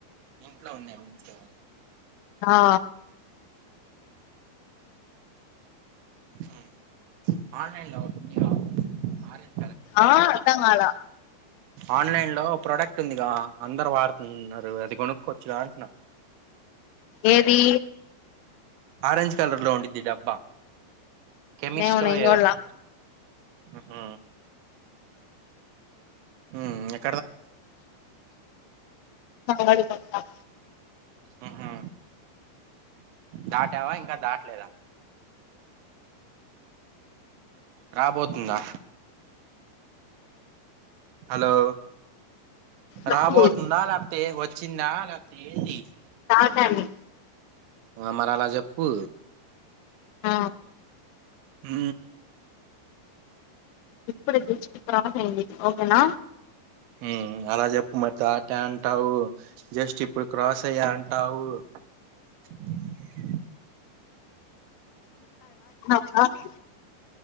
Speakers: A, on the right (about 80°); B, on the left (about 85°).
A: ఇంట్లో ఉందే మీ ఇంట్లో
B: ఆ
A: అ ఆన్లైన్ లో ఉంది గా ఆరెంజ్
B: ఆ అద్దంగాల
A: ఆన్లైన్లో ప్రోడక్ట్ ఉందిగా అందరు వాడుతున్నారు అది కొనుక్కోవచ్చుగా అంటున్నా
B: ఏది
A: ఆరెంజ్ కలర్ లో ఉండిద్ది డబ్బా కెమిస్టో
B: ఏమో నేను
A: ఏదో
B: చూడలా
A: ఉహు ఉ ఎ
B: వాడు ప
A: ఉహు దాటావా ఇంకా దాటలేదా రాబోతుందా హలో
B: చెప్పు
A: రాబోతుందా లేకపోతే వచ్చిందా లేకపోతే ఏంది
B: స్తాంది
A: అ మరాల జెప్పు
B: ఆ
A: ఊ
B: ఇప్పుడే దిచిట్ అయింది ఓకేనా.
A: ఉమ్ అలా చెప్పు మరి టాటా అంటావు జస్ట్ ఇప్పుడు క్రాస్ అయ్యా అంటావు. ఉమ్.
B: ఆహ్.